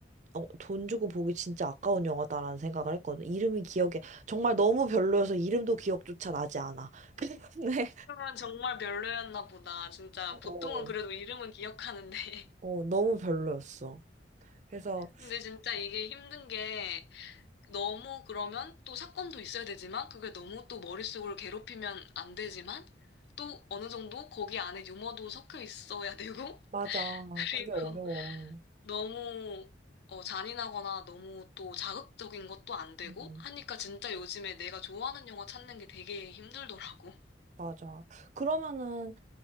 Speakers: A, on the right; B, on the left.
A: 어, 돈 주고 보기 진짜 아까운 영화다라는 생각을 했거든. 이름이 기억에 정말 너무 별로여서 이름도 기억조차 나지 않아. <laughs> 근데
B: 그러면 정말 별로였나 보다. 진짜
A: 어,
B: 보통은 그래도 이름은 기억하는데 <laughs>
A: 어, 너무 별로였어. 그래서
B: 근데 진짜 이게 힘든 게 너무 그러면 또 사건도 있어야 되지만 그게 너무 또 머릿속을 괴롭히면 안 되지만 또 어느 정도 거기 안에 유머도 섞여 있어야 되고
A: 맞아.
B: <laughs> 그리고
A: 그게 어려워.
B: 너무 어, 잔인하거나 너무 또 자극적인 것도 안 되고
A: 음,
B: 하니까 진짜 요즘에 내가 좋아하는 영화 찾는 게 되게 힘들더라고.
A: 맞아. 그러면은